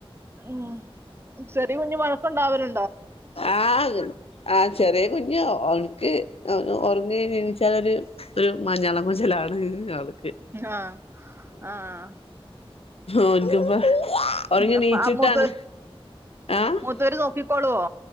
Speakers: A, on the right; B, on the left.
A: ഉം ചെറിയ കുഞ്ഞ് വഴക്കുണ്ടാവലു
B: ആഹ് ആഹ് ചെറിയ കുഞ്ഞ് ഓൻക്ക് <unintelligible> ഒർങ്ങി എണീച്ചാലൊരു ഒരു മഞ്ഞള മുജലാണ് ആൾക്ക്
A: ആഹ് ആഹ്
B: ഓൻക്കിപ്പൊ ഉറങ്ങി
A: ഉം,
B: നീച്ചിട്ടാണ്
A: ആ മൂത്ത്
B: ആഹ്
A: മൂത്തവര് നോക്കിക്കോളുവോ